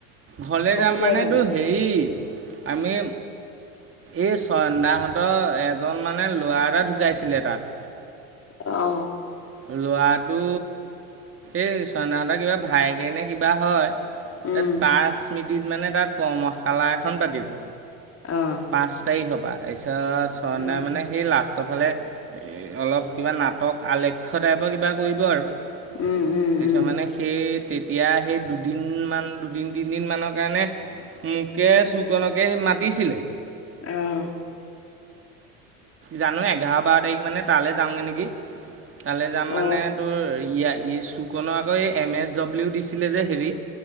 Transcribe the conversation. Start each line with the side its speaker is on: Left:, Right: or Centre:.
Right: ঘৰলে
Left: আকৌ
Right: যাম
Left: কেতিয়া
Right: মানে
Left: আহিবি?
Right: তোৰ হেৰি আমি, এই চয়ন দাহঁতৰ এজন মানে ল'ৰা এটা ঢুকাইছিলে তাত
Left: অ'।
Right: লৰাটো, এই ছয়ন দাহঁতৰ কিবা ভাইয়েকেনে কিবা হয়।
Left: উম,
Right: তাৰ স্মৃতিত মানে তাত কৰ্মশালা এখন পাতিব।
Left: অ',
Right: পাঁচ তাৰিখৰ পৰা, তাৰপিছত চয়ন
Left: উম,
Right: দাই মানে সেই লাষ্ট ফালে অলপ কিবা নাটক আলেক্ষ টাইপৰ কিবা কৰিব আৰু।
Left: উম, উম,
Right: তাৰপিছত
Left: উম।
Right: মানে সেই তেতিয়া সেই দুদিনমান, দুদিন-তিনদিনমানৰ কাৰণে মোকে, চুকনকে সি মাতিছিলে।
Left: আহ,
Right: জানো, এঘাৰ-বাৰ তাৰিখ মানে তালৈ যাওঁগৈ নেকি। তালে যাম
Left: অ',
Right: মানে তোৰ ইয়া ই চুকন আকৌ এই এম এছ ডব্লিউ দিছিলে যে হেৰিত।